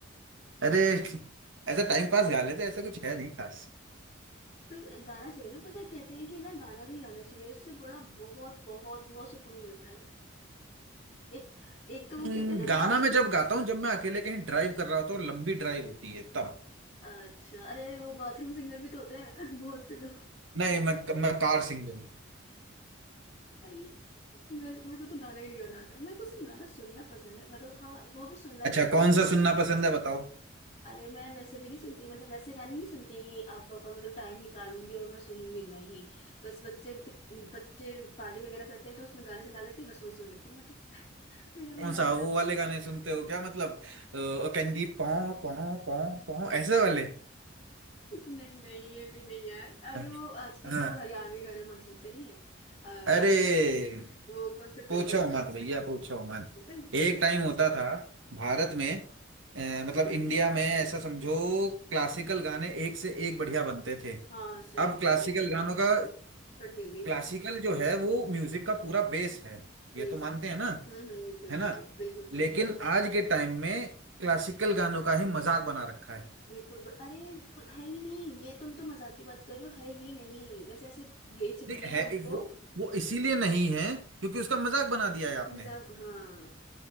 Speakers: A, on the right; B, on the left.
A: अरे ऐसा टाइम पास गा लेते ऐसा कुछ है नहीं खास
B: पर गाना चाहिए ना पता है कहते हैं कि ना गाना भी गाना चाहिए इससे बड़ा बहुत बहुत बहुत सुकून मिलता है एक एक तो वो
A: हम्म,
B: कहते हैं ना
A: गाना
B: बात
A: मैं जब गाता हूँ जब मैं अकेले कहीं ड्राइव कर रहा होता हूँ लंबी ड्राइव होती है तब
B: अच्छा अरे अरे वो बाथरूम सिंगर भी तो होते हैं <laughs> बहुत से लोग
A: नहीं मैं मैं कार सिंगर हूँ
B: सही है मेरे मेरे को तो गाना ही नहीं गाना आता मेरे को सिर्फ गाना सुनना पसंद है मतलब हाँ वो भी सुनना
A: अच्छा
B: कैसे
A: कौन
B: कि
A: सा सुनना पसंद है बताओ
B: अरे मैं वैसे भी नहीं सुनती मतलब वैसे गाने नहीं सुनती कि आप प्रॉपर मतलब टाइम निकालूंगी और मैं सुनूंगी नहीं बस बच्चे बच्चे पार्टी वगैरह करते हैं तो उसमें गाने चला लेते हैं बस वही सुन लेती हूँ मैं तो <laughs> मेरा भी
A: कौन
B: गाना
A: सा
B: चाहते
A: वो वाले गाने सुनते हो क्या मतलब अ, कंदीप पौ पौ पौ पौ ऐसे वाले
B: नहीं नहीं ये भी नहीं यार अरे
A: हाँ
B: वो आजकल
A: हाँ।
B: तो वो हरियाणवी गाने बहुत चलते नहीं है
A: अरे
B: अभी वो कौन सा
A: पूछो
B: चल रहा
A: मत भैया पूछो मत
B: था
A: एक टाइम
B: <laughs>
A: होता था भारत में अ, मतलब इंडिया में ऐसा समझो क्लासिकल गाने एक से एक बढ़िया बनते थे
B: हाँ सही
A: अब
B: में
A: क्लासिकल
B: ये
A: गानों का
B: कट मिल गई
A: क्लासिकल जो है वो म्यूजिक का पूरा बेस है ये
B: यही
A: तो मानते
B: सही हम्म
A: हैं ना
B: हम्म बिल्कुल
A: है
B: बिल्कुल
A: ना
B: बिल्कुल बिल्कुल
A: लेकिन आज के टाइम में क्लासिकल गानों का ही मजाक बना रखा है
B: बिल्कुल ब- अरे है ही नहीं ये तुम तो मजाक की बात करो है ही नहीं बस ऐसे भेज दिए
A: नहीं
B: हैं उनको
A: है वो वो इसीलिए नहीं है क्योंकि उसका मजाक बना दिया है आपने
B: मजाक हाँ